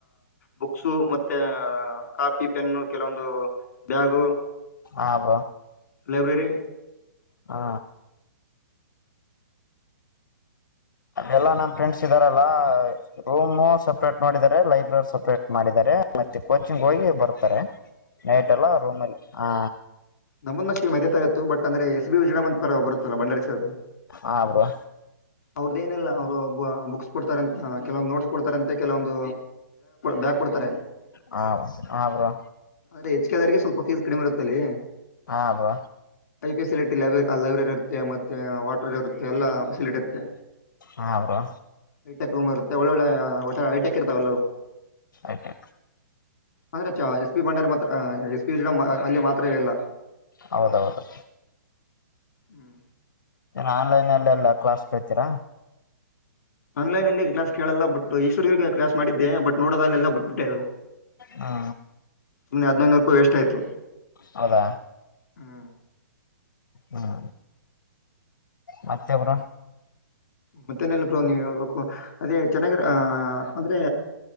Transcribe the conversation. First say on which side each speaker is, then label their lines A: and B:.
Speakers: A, on the left (about 55°); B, on the left (about 85°).
A: ಬುಕ್ಸ ಮತ್ತೆ ಕಾ ಕಪಿ ಪೆನ್ನು ಕೆಲವೊಂದು ಬ್ಯಾಗು
B: ಹಬ
A: ಲೈಬ್ರರಿ
B: ಹಾ ಅಲ್ಲಾ ನಮ್ಮ್ ಫ್ರೆಂಡ್ಸ್ ಇದ್ದಾರಲ್ಲಾ ರೂಮು ಸಪ್ರೇಟ್ ಮಾಡಿದ್ದಾರೆ ಲೈಬ್ರರಿ ಸಪ್ರೇಟ್ ಮಾಡಿದ್ದಾರೆ ಮತ್ತೆ ಕೋಚಿಂಗ್ ಹೋಗಿ ಬರ್ತಾರೆ ನೈಟ್ ಎಲ್ಲ ರೂಮ್ಲಹ
A: ನಮ್ಮಂದಕ್ಷಿ ಮದತಾ ಇತ್ತು ಬಟ್ ಅಂದ್ರೆ ಎಸ್ ಬಿ ವಿಜ್ರಡಾಮಂನ್ ಪರ ಬರುತ್ತಲ್ಲ ಬಂಡಾರಿಸದು
B: ಹಾ ಬ್ರೋ
A: ಅವ್ರದೇನೆಲ್ಲ ಅವರು ಬುಕ್ಸ್ ಕೊಡ್ತಾರಂತ ಕೆಲವೊಂದು ನೋಟ್ಸ್ ಕೊಡ್ತಾರಂತೆ ಕೆಲವೊಂದು ಜಾಗ ಕೊಡ್ತಾರೆ
B: ಹಾ ಹ ಬ್ರೋ
A: ಅದೆ ಹೆಚ್ ಕೆದರಿಗೆ ಸ್ವಲ್ ಫೀಸ್ ಕಡಿಮೆ ಇರುತ್ತಲ್ಲಿ
B: ಹಾ ಬ್ರ
A: ಫೆಸಿಲಿಟಿ ಲೈ ಲೈಬ್ರರಿ ಇರುತ್ತೆ ಮತ್ತೆ ವಾಟರ್ ಇರುತ್ತೆ ಎಲ್ಲ ಫಸಿಲಿಟಿ ಇರುತ್ತೆ
B: ಹಾ ಬ್ರೋ
A: ಹೈಟೆಕ್ ರೂಮ್ ಇರುತ್ತೆ ಒಳ್ಳೊಳ್ಳೆ ಒ ಐಟೆಕ್ ಇರ್ತಾವ ಎಲ್ಲರು
B: ಓಕೆ
A: ಅಂದ್ರೆ ಚ ಎಸ್ ಬಿ ಬಂಡಾರ್ ಮತ್ತ ಎಸ್ ಪಿ ಜಡ ಅಲ್ಲಿ ಮಾತ್ರವೇ ಅಲ್ಲ
B: ಹೌದೌದು
A: ಹ್ಮ್
B: ಆನ್ಲನ್ಲ್ಎಲ್ಲ ಕ್ಲಾಸ್ ಕಳ್ತೀರಾ
A: ಆನ್ಲನ್ಲ್ ಕ್ಲಾಸ್ ಕೇಳಲ್ಲ ಬಟ್ ಈಸ್ವರಿಗೆ ಕ್ಲಾಸ್ ಮಾಡಿದ್ದೆ ಬಟ್ ನೋಡೋದಲ್ಲೆಲ್ಲ ಬಿಟ್ಬಿಟ್ಟೆದು
B: ಹಾ
A: ಇನ್ನ ಹದಿನೈರು ರೂಪಾಯಿ ವೇಸ್ಟ್ ಆಯತು
B: ಹೌದಾ
A: ಹ್ಮ
B: ಹ್ಮ ಮತ್ತೆಬರು
A: ಮತ್ತೆನೆೆಲ್ಲ ಬೋ ನೀ ಹೇಳ್ಬೇಕು ಅದೇ ಚೆನ್ನಾಗಿರ ಅ ಅಂದ್ರೆ